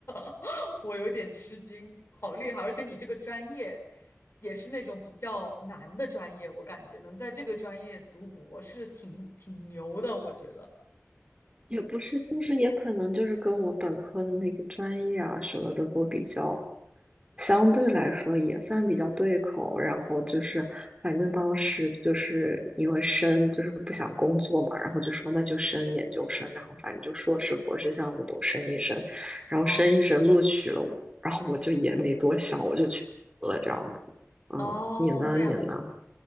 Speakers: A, on the left (about 55°); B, on the right (about 20°).
A: <laughs> 我有点吃惊，好厉害！而且你这个专业也是那种比较难的专业，我感觉能在这个专业读博士挺挺牛的，我觉得。
B: 也不是，就是也可能就是跟我本科的那个专业啊什么的都比较，相对来说也算比较对口。然后就是，反正当时就是因为申就是不想工作嘛，然后就说那就升研究生，然后反正就硕士、博士项目都升一升，然后升一升录取了我然后我就也没多想，
A: 哦，
B: 我就去读了这样子。嗯，
A: 哦，
B: 你呢？
A: 这样。
B: 你呢？